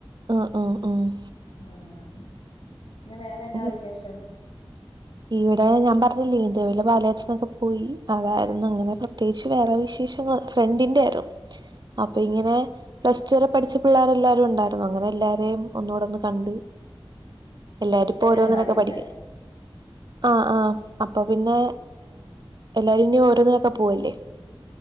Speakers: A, on the right; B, on the left.
A: ആഹ ആഹ് ആഹ്
B: ഉമ് പിന്നെ വേറെന്നാ
A: ഉം
B: വിശേഷം
A: ഇവിടെ ഞാൻ പറഞ്ഞില്ലേ ഇന്ത്യെ പല് കച്ചലിനെക്കെ പോയി. അതായിരുന്നു അങ്ങനെ പ്രത്യേകിച്ച് വേറെ വിശേഷങ്ങൾ ഫ്രണ്ടിന്റെ ആരോ അപ്പൊ ഇങ്ങനെ പ്ലസ്ടുരെ പഠിച്ച പിള്ളേരെ എല്ലാരും ഉണ്ടായിരുന്നു അങ്ങനെ എല്ലാരെയും ഒന്നുട ഒന്ന് കണ്ട്
B: ഇത്
A: എല്ലാരും
B: കൂട്ടുകാരിയുടെ
A: ഇപ്പോ ഓരോന്നിനൊക്കെ
B: പാല് കാച്ചായിരുന്നോ
A: പഠിക്ക ആഹ ആഹ് അപ്പൊ പിന്നെ എല്ലാരും ഇന്ന് ഓരോന്നരൊക്കെ പോവല്ലേ? <inaudible>